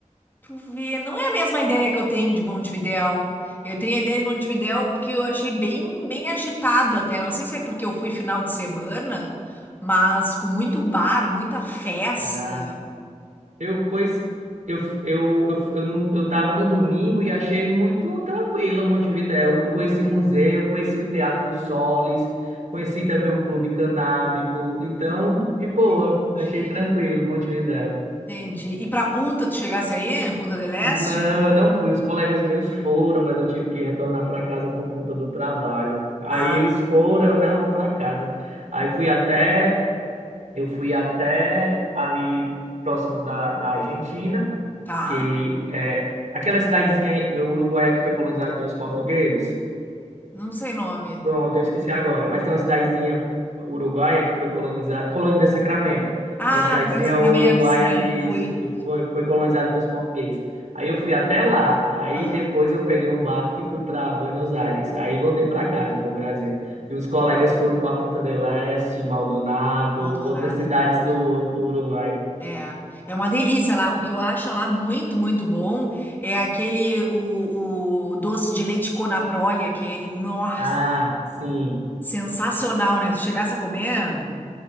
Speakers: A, on the left (about 15°); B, on the right (about 70°).
A: Tu vê, não é a mesma ideia que eu tenho de Montevidéu. Eu tenho a ideia de Montevidéu porque eu achei bem, bem agitado até. Não sei se é porque eu fui final de semana, mas com muito bar, muita festa.
B: né? Eu, pois eu, eu, eu, eu, no- eu tava no domingo e achei muito tranquilo Montevidéu. Eu conheci museu, conheci o Teatro Solis, conheci também o Clube Canábico. Então, de boa,
A: Entendi.
B: achei tranquilo Montevidéu.
A: Entendi. E pra Punta, tu chegasse aí? Punta del Este?
B: Não, eu não fui. Os colegas meus foram, mas eu tive que retornar para casa por conta do trabalho. Aí
A: Ah,
B: eles foram, eu não, vou para casa. Aí fui até, eu fui até ali próximo da, da Argentina.
A: tá.
B: que é aquela cidadezinha uruguaia que foi colonizada pelos portugueses.
A: Não sei o nome.
B: Pronto, eu esqueci agora. Mas tem uma cidadezinha uruguaia que foi colonizada, Colônia do Sacramento.
A: Ah,
B: É uma cidadezinha
A: Coronel Sacramento,
B: uruguaia,
A: sim,
B: isso,
A: fui.
B: que foi, foi colonizada pelos portugueses. Aí eu fui até lá. Aí
A: Aham.
B: depois eu peguei um barco e fui para Buenos Aires. Aí voltei para casa, para o Brasil. E os colegas foram para Punta del Este, Maldonado,
A: Maldonado
B: outras cidades
A: ali pertinho.
B: do, do Uruguai.
A: É, é uma delícia lá. O que eu acho lá muito, muito bom é aquele, o, o doce de leite Conaprole, aquele. Nossa,
B: Ah, sim.
A: sensacional, né? Se chegasse a comer,